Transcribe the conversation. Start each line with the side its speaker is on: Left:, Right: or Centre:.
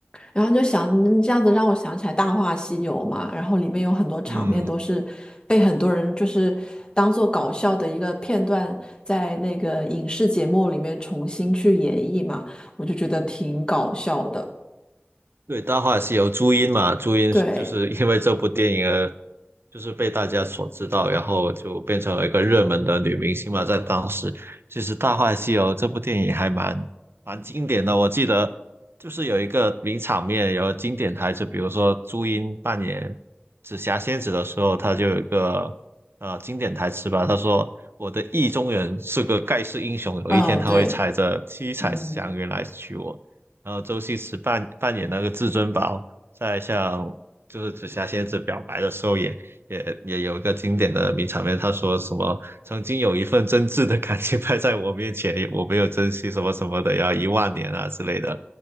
Left: 然后你就想，你这样子让我想起来《大话西游》嘛，然后里面有很多场面都是被很多人就是当做搞笑的一个片段，
Right: 嗯，
Left: 在那个影视节目里面重新去演绎嘛，我就觉得挺搞笑的。
Right: 对，《大话西游》朱茵嘛，朱茵就是因为这部电影而
Left: 对，
Right: 就是被大家所知道，然后就变成了一个热门的女明星嘛。在当时，其实《大话西游》这部电影还蛮蛮经典的。我记得就是有一个名场面，有经典台词，比如说朱茵扮演紫霞仙子的时候，她就有一个呃经典台词吧，她说：“我的意中人是个盖世英雄，有一天他会踩着七彩祥云来娶我。”然后周星驰扮扮演那个至尊宝，
Left: 嗯，对，嗯，
Right: 在向就是紫霞仙子表白的时候也，也也有一个经典的名场面，他说什么“曾经有一份真挚的感情摆在我面前，我没有珍惜什么什么的，要一万年啊之类的”，